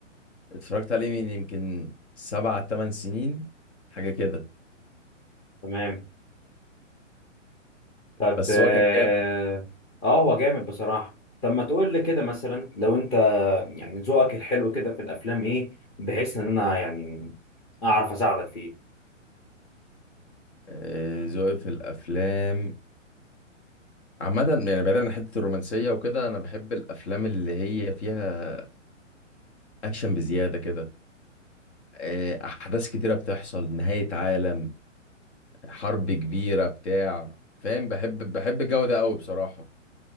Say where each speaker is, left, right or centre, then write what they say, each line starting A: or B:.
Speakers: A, on the left; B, on the left.
A: اتفرجت عليه من يمكن سبع تمن سنين حاجه كده
B: تمام طب
A: بس
B: اه
A: هو كان جامد
B: آه، هو جامد بصراحه طب ما تقول لي كده مثلا لو انت يعني ذوقك الحلو كده في الافلام ايه بحيث ان انا يعني اعرف اساعدك فيه
A: آه، ذوقي في الافلام عامة يعني بعيدا عن حتة الرومانسية وكده أنا بحب الأفلام اللي هي فيها أكشن بزيادة كده آه، أحداث كتيرة بتحصل نهاية عالم حرب كبيرة بتاع فاهم بحب بحب الجو ده قوي بصراحة